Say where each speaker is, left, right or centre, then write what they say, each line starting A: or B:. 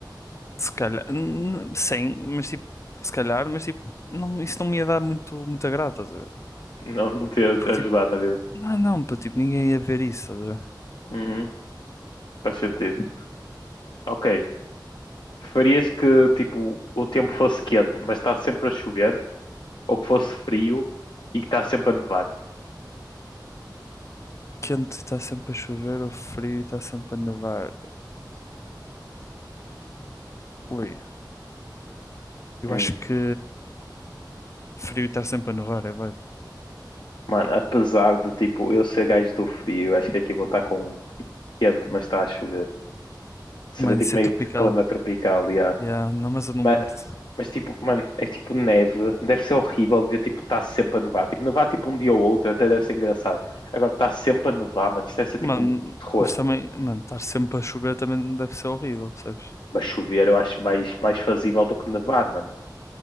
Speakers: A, on the left; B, on the left.
A: se calhar, n- sem, mas tipo, se calhar, mas tipo, não, isso não me ia dar muito, muito agrado, estás a ver?
B: não, não te ia
A: Porque,
B: ajudar
A: tipo,
B: na vida.
A: não, não, pá, tipo, ninguém ia ver isso, estás a ver?
B: Uhum, faz sentido. Ok, Preferias que tipo o tempo fosse quente, mas está sempre a chover, ou que fosse frio e que está sempre a nevar?
A: Quente está sempre a chover, ou frio está sempre a nevar. Ui, eu
B: Hum.
A: acho que frio está sempre a nevar, é vai.
B: Mano, apesar de tipo eu ser gajo do frio, acho que aqui vou estar com quente, mas está a chover. Seria
A: Mano,
B: tipo
A: isso
B: meio
A: é tropical.
B: que clima tropical, yeah.
A: Yeah, não, mas eu não
B: Mas,
A: curto.
B: mas tipo, mano, é tipo neve, deve ser horrível ver tipo está sempre a nevar. Tipo, nevar tipo um dia ou outro até deve ser engraçado. Agora está sempre a nevar, mano, isto deve ser tipo
A: Mano,
B: um terror.
A: mas também, mano, estar sempre a chover também deve ser horrível, percebes?
B: Mas chover eu acho mais, mais fazível do que nevar, mano.